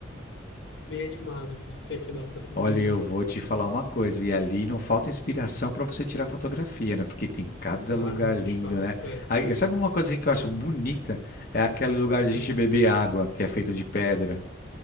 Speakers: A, on the left; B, on the left.
A: bem animado, se é que dá pra se
B: Olha,
A: dizer isso.
B: eu vou te falar uma coisa, e ali não falta inspiração para você tirar fotografia, né? Porque tem cada
A: Ah,
B: lugar
A: não,
B: lindo,
A: de fato,
B: né?
A: é.
B: Aí, sabe uma coisa que eu acho
A: Hum,
B: bonita? É aquele lugar de
A: hum,
B: a gente beber água, que é feito de pedra.